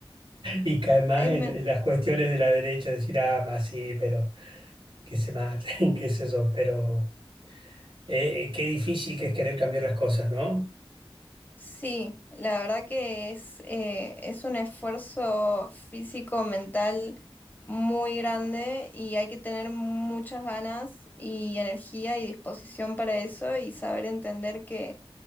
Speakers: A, on the right; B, on the left.
A: Y cae más
B: Ay,
A: en,
B: me-
A: en las cuestiones de la derecha, decir, ah, más sí, pero que se maten, <laughs> qué sé yo, pero eh, qué difícil que es querer cambiar las cosas, ¿no?
B: sí, la verdad que es, eh, es un esfuerzo físico, mental muy grande y hay que tener muchas ganas y energía y disposición para eso y saber entender que